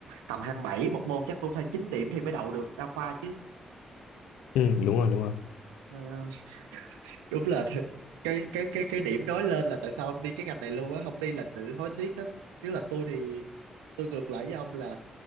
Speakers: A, on the right; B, on the left.
A: tầm 27 một môn chắc cũng phải 9 điểm thì mới đậu được đa khoa chứ.
B: ừ, đúng rồi đúng rồi
A: Trời ơi. Đúng là thiệt. cái cái cái cái điểm nói lên là tại sao ông đi cái ngành này luôn á, không đi là sự hối tiếc á. Nếu là tôi thì tôi ngược lại với ông là